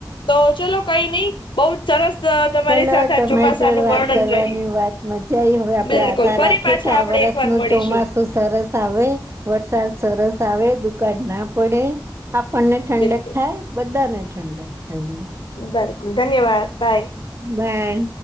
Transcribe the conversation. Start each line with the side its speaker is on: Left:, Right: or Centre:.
Left: તો ચલો કઈ નહી બહુ. જ સરસ તમારી
Right: ચલો
Left: સાથે
Right: તમારી
Left: આ ચોમાસાનું
Right: જોડ વાત
Left: વર્ણન
Right: કરવાની
Left: રહ્યું.
Right: વાત મજજા હવે, આપડે
Left: બિલકુલ
Right: આશા
Left: ફરી
Right: રાખી.
Left: પાછા
Right: કે આ
Left: આપડે
Right: વર્ષ
Left: એક વાર
Right: નું
Left: મળીશું
Right: ચોમાસું તો સરસ આવે વરસાદ સરસ આવે દુકાળ ના પડે આપણને ઠંડક
Left: બિલકુલ.
Right: થાય બધાને ઠંડક થાય
Left: બરાકુલ ધન્યવાદ બાય
Right: ભે